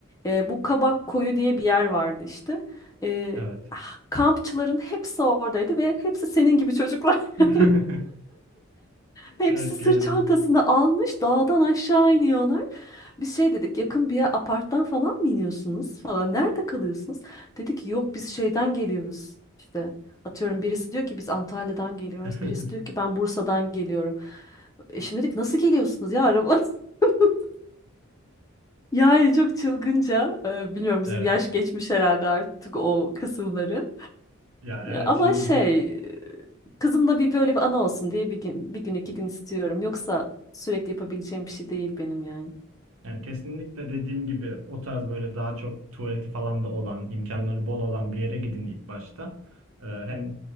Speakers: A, on the left (about 15°); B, on the right (about 80°).
A: E, bu Kabak Koyu diye bir yer vardı işte. E,
B: <laughs> Evet.
A: ah, kampçıların hepsi oradaydı ve hepsi senin gibi çocuklar. <laughs>
B: <laughs>
A: Hepsi
B: Evet
A: sırt
B: genelde.
A: çantasını almış dağdan aşağı iniyorlar. Biz şey dedik yakın bir yer aparttan falan mı iniyorsunuz falan nerede kalıyorsunuz? Dedi ki yok biz şeyden geliyoruz işte atıyorum birisi diyor ki biz Antalya'dan geliyoruz
B: <laughs>
A: birisi diyor ki ben Bursa'dan geliyorum. Eşim dedik nasıl geliyorsunuz ya araba? <laughs> Yani çok çılgınca, e, bilmiyorum bizim
B: Evet.
A: yaş geçmiş herhalde artık o kısımları.
B: Ya evet
A: Ama
B: şimdi
A: şey, kızımla bir böyle bir anı olsun diye bir gün, bir gün iki gün istiyorum. Yoksa sürekli yapabileceğim bir şey değil benim yani.
B: Yani kesinlikle dediğim gibi o tarz böyle daha çok tuvaleti falan da olan, imkanları bol olan bir yere gidin ilk başta. Ee, hem